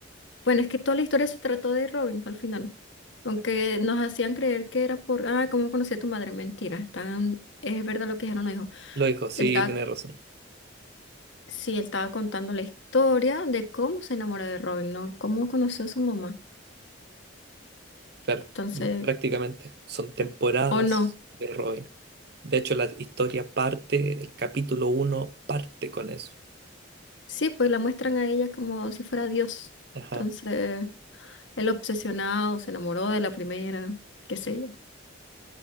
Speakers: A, on the left; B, on the right.
A: Bueno, es que toda la historia se trató de Robin al final. Aunque nos hacían creer que era por, ah, ¿cómo conocí a tu madre? Mentira. Están, es verdad lo que dijeron los hijos.
B: Lo dijo, sí,
A: Él estaba,
B: tiene razón.
A: sí, él estaba contando la historia de cómo se enamoró de Robin, ¿no? Cómo conoció a su mamá.
B: Claro,
A: Entonces,
B: prácticamente son temporadas
A: o no.
B: de Robin. De hecho, la historia parte, el capítulo uno parte con eso.
A: Sí, pues la muestran a ella como si fuera Dios.
B: Ajá.
A: Entonces, él obsesionado, se enamoró de la primera, qué sé yo.